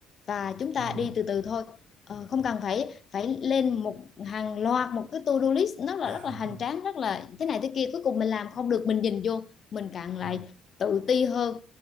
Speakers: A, on the left; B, on the right.
A: và chúng ta
B: em hiểu
A: đi từ từ thôi Ờ, không cần phải phải lên một hàng loạt một cái to-do list rất là
B: <laughs>
A: rất là hành tráng rất là thế này thế kia cuối cùng mình làm không được mình nhìn vô mình càng
B: dạ
A: lại tự ti hơn